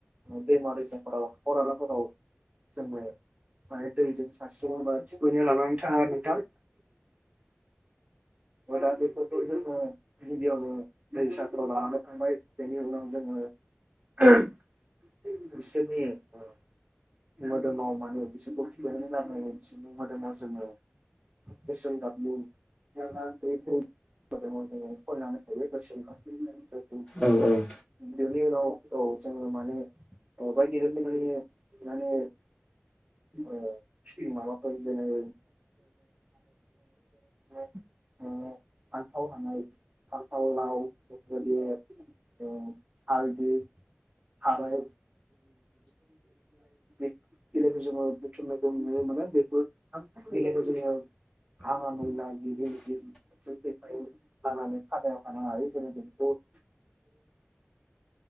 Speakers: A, on the right; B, on the left.
A: दैमा दैसाफोराव हाखर हालाफोराव जों बे माने दैजों <unintelligible> थुखैनो लानानै थाङो नोंथां। ओ दा बेफोरखौ जोङो <unintelligible> दैसाफोराव लानानै थांनाय बेनि उनाव जोङो <unintelligible> बिसोरनि ओ मोदोमाव माने बिसोरखौ थुखैनानै लाबोनानै बिसोरनि मोदोमाव जोङो गोसोम गाबनि <unintelligible>
B: औ औ।
A: सिनि उनाव औ जोङो माने ओ बायदि रोखोमै माने ओ माबाफोर जोनाय <unintelligible> ओ फालथाव हानाय फालथाव लाव बेफोरबायदि आरोखि ओ हालदि थाराइ <unintelligible> बिलाइखौ जोङो बुथुमनायखौ नुनो मोनो बेफोर <unintelligible> बिलायखौ जोङो हानानै ला <unintelligible>
B: <inaudible>
A: <unintelligible> हानानै खादायाव हाना लायो जों बिदिखौ <unintelligible> द